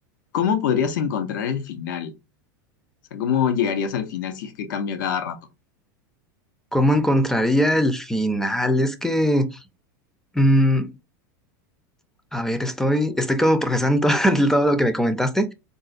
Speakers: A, on the left (about 75°); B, in the centre.
A: ¿Cómo podrías encontrar el final? O sea, ¿cómo llegarías al final si es que cambia cada rato?
B: ¿Cómo encontraría el final? Es que... mm, A ver, estoy, estoy como procesando <laughs> todo, lo que me comentaste,